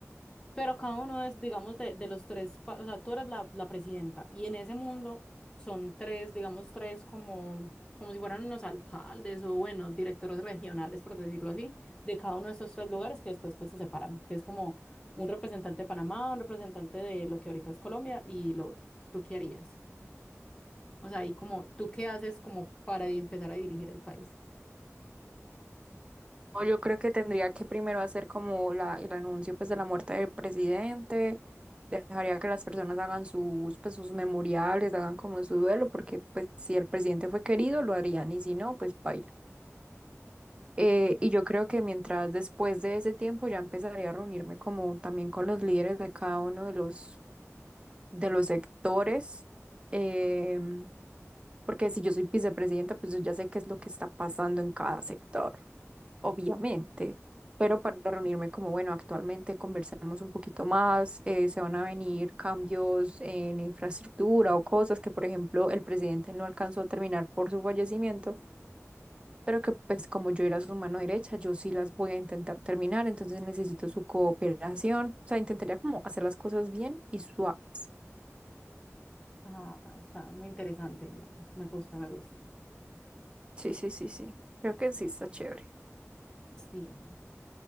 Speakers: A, on the left; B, on the right.
A: Pero cada uno es, digamos, de, de los tres, pa- o sea, tú eres la, la presidenta y en ese mundo son tres, digamos, tres como, como si fueran unos alcaldes o, bueno, directores regionales, por decirlo así, de cada uno de estos tres lugares que después pues se separan, que es como un representante de Panamá, un representante de lo que ahorita es Colombia y lo otro. ¿Tú qué harías? O sea, y como, ¿tú qué haces como para di- empezar a dirigir el país?
B: No, Yo creo que tendría que primero hacer como la, el anuncio pues de la muerte del presidente, dejaría que las personas hagan sus, pues, sus memoriales, hagan como su duelo, porque pues si el presidente fue querido lo harían y si no, pues baila. Eh, y yo creo que mientras después de ese tiempo ya empezaría a reunirme como también con los líderes de cada uno de los de los sectores, em, porque si yo soy vicepresidenta, pues yo ya sé qué es lo que está pasando en cada sector, obviamente, pero para reunirme como, bueno, actualmente conversemos un poquito más, eh, se van a venir cambios en infraestructura o cosas que, por ejemplo, el presidente no alcanzó a terminar por su fallecimiento, pero que pues como yo era su mano derecha, yo sí las voy a intentar terminar, entonces necesito su cooperación, o sea, intentaría como hacer las cosas bien y suaves.
A: Ah, está muy interesante, me, me gusta, me gusta.
B: Sí, sí, sí, sí. Creo que sí está chévere.
A: Sí.